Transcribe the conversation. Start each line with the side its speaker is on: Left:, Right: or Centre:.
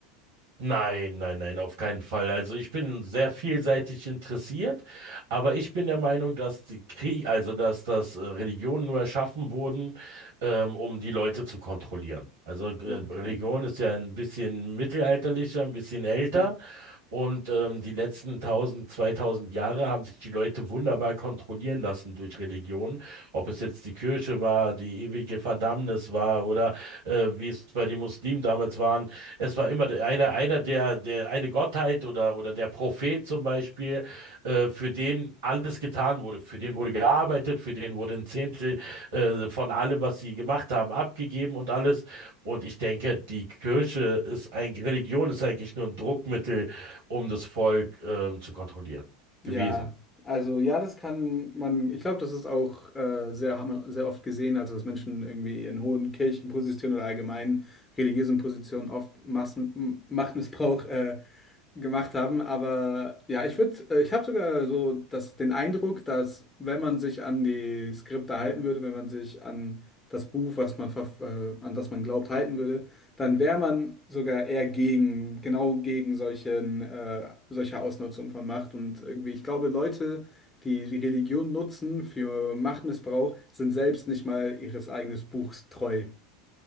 Right: Nein, nein, nein, auf keinen Fall. Also ich bin sehr vielseitig interessiert, aber ich bin der Meinung, dass die Krieg, also dass das äh, Religionen nur erschaffen wurden, ähm, um die Leute zu kontrollieren. Also äh,
Left: Okay.
Right: Religion ist ja ein bisschen mittelalterlicher, ein bisschen älter.
Left: <laughs>
Right: Und ähm, die letzten 1000, 2000 Jahre haben sich die Leute wunderbar kontrollieren lassen durch Religion. Ob es jetzt die Kirche war, die ewige Verdammnis war oder äh, wie es bei den Muslimen damals waren. Es war immer der- einer, einer der, der, eine Gottheit oder, oder der Prophet zum Beispiel, äh, für den alles getan wurde. Für den wurde gearbeitet, für den wurde ein Zehntel äh, von allem, was sie gemacht haben, abgegeben und alles. Und ich denke, die Kirche ist ein, Religion ist eigentlich nur ein Druckmittel um das Volk ähm, zu kontrollieren gewesen.
Left: Ja, also ja, das kann man, ich glaube, das ist auch äh, sehr, hat man sehr oft gesehen, also dass Menschen irgendwie in hohen Kirchenpositionen oder allgemein religiösen Positionen oft Massen, M- Machtmissbrauch äh, gemacht haben. Aber ja, ich würde, ich habe sogar so das, den Eindruck, dass wenn man sich an die Skripte halten würde, wenn man sich an das Buch, was man verf- äh, an das man glaubt, halten würde, dann wäre man sogar eher gegen, genau gegen solchen, äh, solche Ausnutzung von Macht. Und irgendwie, ich glaube, Leute, die die Religion nutzen für Machtmissbrauch, sind selbst nicht mal ihres eigenen Buchs treu.